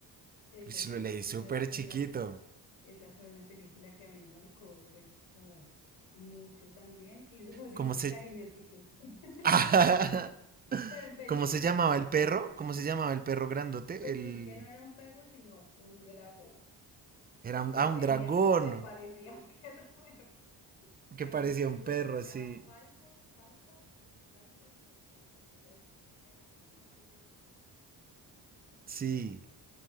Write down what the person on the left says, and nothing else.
esa
es,
o-
esa
fue
una, esa fue una película que a mí me marcó, pues, como mucho también. Y los ositos
cariñositos. <laughs>
Pero en película,
pues
es que no era un perro, sino un dragón,
que
tenía,
ca- se parecía a un perro, <laughs> pero
era
un dragón,
se
llamaba Falcon, Falcor, Falcor, al- Falcor, algo así, era el nombre de-
del...